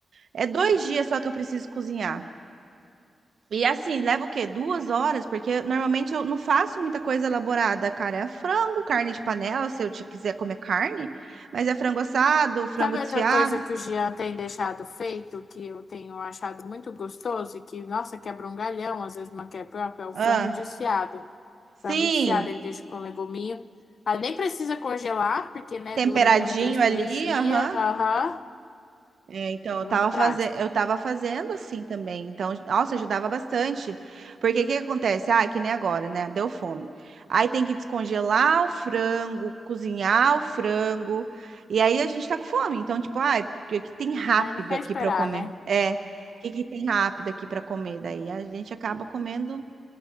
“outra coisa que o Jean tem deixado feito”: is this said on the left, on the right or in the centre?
Left